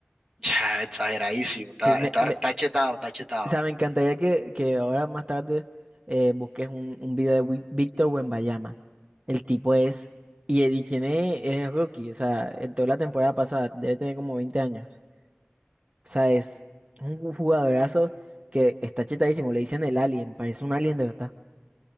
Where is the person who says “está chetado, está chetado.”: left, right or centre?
Right